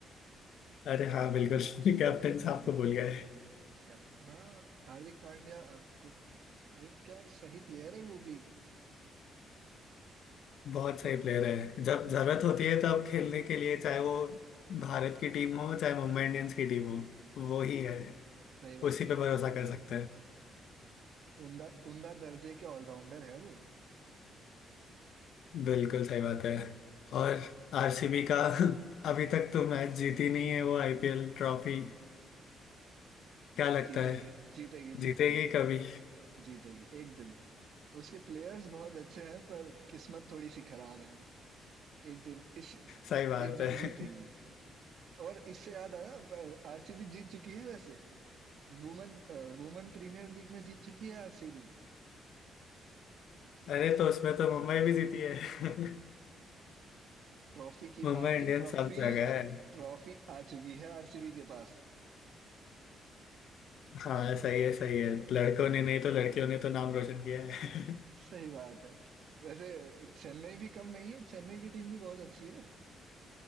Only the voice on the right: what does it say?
कैप्टन हाँ हार्दिक पांड्या को ये क्या सही प्लेयर है वो भी
सही बात
है
उमदा उमदा दर्जे के ऑलराउंडर है वो
जीतेगी
जीतेगी
जीतेगी
जीतेगी एक दिन उसके प्लेयर्स बहुत अच्छे हैं पर किस्मत थोड़ी सी खराब है एक दिन इस
एक दिन
जीतेगी
और इससे याद आया आरसीबी जीत चुकी है वैसे वुमेन वुमेन प्रीमियर लीग में जीत चुकी है आरसीबी
ट्रॉफी की
बात थी
ट्रॉफी
ट्रॉफी आ चुकी है आरसीबी के पास
सही बात है वैसे चेन्नई भी कम नहीं है चेन्नई की टीम भी बहुत अच्छी है